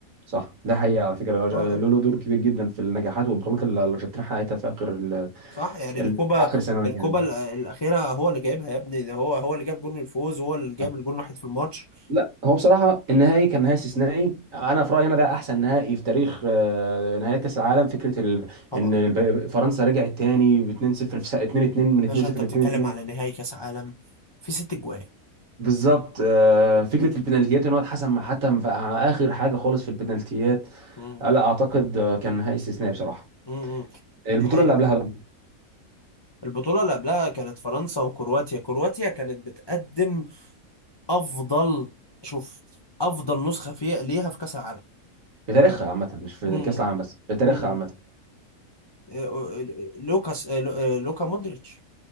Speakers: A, on the right (about 65°); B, on the left (about 30°).
A: صح ده حقيقه على فكره الأرج-
B: اه
A: له
B: آه،
A: له دور كبير جدا في النجاحات والبطولات اللي الارجنتين حققتها في اخر ال-
B: صح يعني الكوبا
A: ده اخر سنوات
B: الكوبا
A: يعني
B: ال- الاخيره هو اللي جايبها يا ابني ده هو هو اللي جاب جون الفوز هو اللي جاب
A: صح.
B: الجون الوحيد في الماتش
A: لا هو بصراحه النهائي كان نهائي استثنائي انا في رايي انا ده احسن نهائي في تاريخ آه، نهائي كاس العالم فكره ال...
B: طبعا
A: ان الب- فرنسا رجعت تاني ب 2-0 في سنة 2-2 من 2-0
B: باشا انت بتتكلم
A: ل 2-2
B: على نهائي كاس عالم في ست اجوان
A: بالظبط آه، فكره البنالتيات ان هو اتحسم مع- حتى في اخر حاجه خالص في البنالتيات
B: مم.
A: آه، لا اعتقد آه، كان نهائي استثنائي بصراحه
B: مم.
A: البطوله
B: دي حقيقة
A: اللي قبلها بقى
B: البطولة اللي قبلها كانت فرنسا وكرواتيا كرواتيا كانت بتقدم افضل شوف افضل نسخة فيها ليها في كاس العالم
A: في تاريخها عامه مش في
B: مم.
A: كاس العالم بس في تاريخها
B: مم.
A: عامه
B: إيه، إيه، لوكاس إيه، لو- إيه، لوكا مودريتش